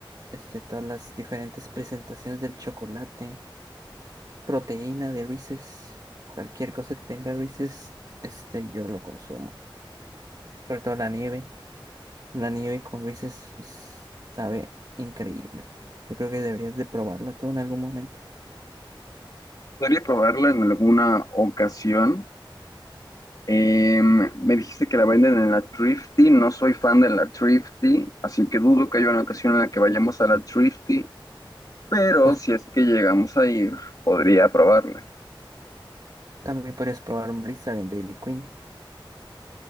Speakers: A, on the right; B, on the left.
A: este, todas las diferentes presentaciones del chocolate, proteína de Reese's, cualquier cosa que tenga Reese's, este, yo lo consumo. Sobre todo la nieve, la nieve con Reese's es- sabe increíble. Yo creo que deberías de probarla tú en algún momento.
B: Podría probarla en alguna ocasión. Em, me dijiste que la venden en la Thrifty, no soy fan de la Thrifty, así que dudo que haya una ocasión en la que vayamos a la Thrifty, pero
A: Pues
B: si es que llegamos a ir, podría probarla.
A: también podrías probar un Blizzard en Daily Queen.